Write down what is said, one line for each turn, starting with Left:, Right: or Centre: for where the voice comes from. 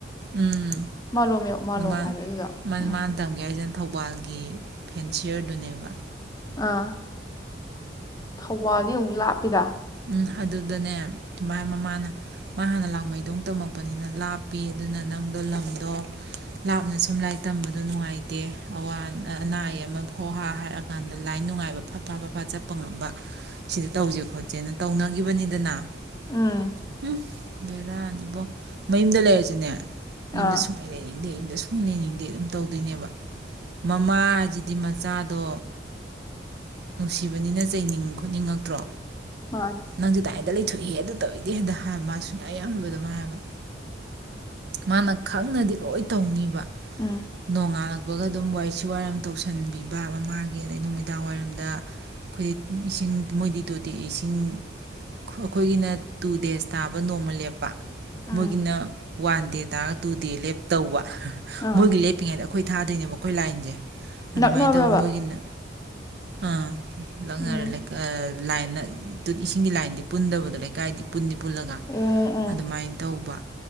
Right: ꯎꯝ
Left: ꯃꯥꯂꯣꯝ ꯃꯥꯂꯣꯝ
Right: ꯃꯥ
Left: ꯍꯥꯏꯕ꯭ꯔꯥ ꯑꯗꯨꯗ ꯎꯝ
Right: ꯃꯥꯅ ꯇꯝꯒꯦ ꯍꯥꯏꯁꯤꯅ ꯊꯧꯕꯥꯜꯒꯤ ꯐꯦꯟꯁꯤꯌꯔꯗꯨꯅꯦꯕ
Left: ꯑꯥ ꯊꯧꯕꯥꯜꯗꯤ ꯑꯃꯨꯛ ꯂꯥꯞꯄꯤꯗ
Right: ꯎꯝ ꯑꯗꯨꯗꯅꯦ ꯁꯨꯃꯥꯏꯅ ꯃꯃꯥꯅ ꯃꯥ ꯍꯥꯟꯅ ꯂꯥꯡꯃꯩꯗꯣꯡ ꯇꯝꯃꯛꯄꯅꯤꯅ ꯂꯥꯞꯄꯤ ꯑꯗꯨꯅ ꯅꯪꯗꯣ ꯂꯝꯗꯣ ꯂꯥꯞꯅ ꯁꯨꯝ ꯂꯥꯏꯔꯤꯛ ꯇꯝꯕꯗꯣ ꯅꯨꯡꯉꯥꯏꯇꯦ ꯑꯋꯥ ꯑ ꯑꯅꯥ ꯑꯌꯦꯛ ꯑꯃ ꯍꫭ ꯍꯥꯥ ꯍꯥꯏꯔꯀꯥꯟꯗ ꯂꯥꯏ ꯅꯨꯡꯉꯥꯏꯕ ꯐꯠ ꯐꯥ ꯐꯠ ꯐꯥ ꯆꯠꯄ ꯉꯝꯕ ꯁꯤꯗ ꯇꯧꯖꯦ ꯈꯣꯠ ꯏꯆꯦꯅ ꯇꯧꯅꯒꯤꯕꯅꯤꯗꯅ ꯎꯋꯨꯐ
Left: ꯎꯝ
Right: ꯕꯦꯔꯥꯅꯤꯕꯣ ꯃꯌꯨꯝꯗ ꯂꯩꯔꯖꯨꯅꯦ
Left: ꯑꯥ
Right: ꯌꯨꯝꯗ ꯁꯨꯡꯂꯩ ꯂꯩꯅꯤꯡꯗꯦ ꯑ ꯁꯨꯝ ꯂꯩꯅꯤꯡꯗꯦ ꯑꯗꯨꯝ ꯇꯧꯗꯣꯏꯅꯦꯕ ꯃꯃꯥꯖꯤꯗꯤ ꯃꯆꯥꯗꯣ ꯅꯨꯡꯁꯤꯕꯅꯤꯅ ꯆꯩꯅꯤꯡ ꯈꯣꯠꯅꯤꯡꯉꯛꯇ꯭ꯔꯣ
Left: ꯃꯥꯅꯦ
Right: ꯅꯪꯖꯨ <unintelligible> ꯑꯗꯨꯗ ꯂꯩꯊꯣꯛꯑꯦꯌꯦ ꯑꯗꯨ ꯇꯧꯋꯦꯗꯤ ꯍꯦꯛꯇ ꯍꯥꯏꯕ ꯃꯥ ꯁꯨꯡꯌꯥ <unintelligible> ꯃꯥ ꯍꯥꯏꯕ ꯃꯥꯅ ꯈꯪꯅꯗꯤ ꯂꯣꯏ ꯇꯧꯅꯤꯕ
Left: ꯎꯝ
Right: ꯅꯣꯡꯉꯥꯟꯂꯛ ꯇꯄꯒ ꯑꯗꯨꯝꯁꯨ ꯋꯥꯏꯁꯤꯠ ꯋꯥꯏꯔꯝ ꯇꯧꯁꯟꯕꯤꯕ ꯃꯃꯥꯒꯤ ꯑꯗꯩ ꯅꯨꯃꯤꯗꯥꯡ ꯋꯥꯏꯔꯝꯗ ꯑꯩꯈꯣꯏꯗꯤ ꯏꯁꯤꯡ ꯃꯣꯏꯗꯤ ꯇꯣꯇꯤ ꯏꯁꯤꯡ ꯏꯁꯤꯡ ꯑꯩꯈꯣꯏꯒꯤꯅ ꯇꯨ ꯗꯦꯖ ꯇꯥꯕ ꯅꯣꯡꯃ ꯂꯦꯞꯄ
Left: ꯎꯝ
Right: ꯃꯣꯏꯒꯤꯅꯥ ꯋꯥꯟ ꯗꯦ ꯇꯥꯔꯒ ꯇꯨ ꯗꯦ ꯂꯦꯞ ꯇꯧꯕ
Left: ꯑꯥ
Right: ꯃꯣꯏꯒꯤ ꯂꯦꯞꯄꯤꯉꯩꯗꯥꯥ ꯑꯩꯈꯣꯏ ꯊꯥꯗꯣꯏꯅꯦꯕ ꯑꯩꯈꯣꯏ ꯂꯥꯏꯟꯁꯦ
Left: ꯅꯛꯅꯕ꯭ꯔꯕ
Right: ꯑꯗꯨꯃꯥꯏꯅ ꯇꯧ ꯃꯣꯏꯒꯤꯅ ꯑꯥ ꯅꯛꯅꯔꯦ
Left: ꯎꯝ
Right: ꯂꯩꯀꯥꯏ ꯂꯥꯏꯅ ꯑꯗꯨꯗꯤ ꯏꯁꯤꯡꯒꯤ ꯂꯥꯏꯟꯗꯤ ꯄꯨꯟꯗꯕꯗꯣ ꯂꯩꯀꯥꯏꯗꯤ ꯄꯨ ꯄꯨꯜꯂꯒ
Left: ꯑꯣ ꯑꯣ
Right: ꯑꯗꯨꯃꯥꯏꯅ ꯇꯧꯕ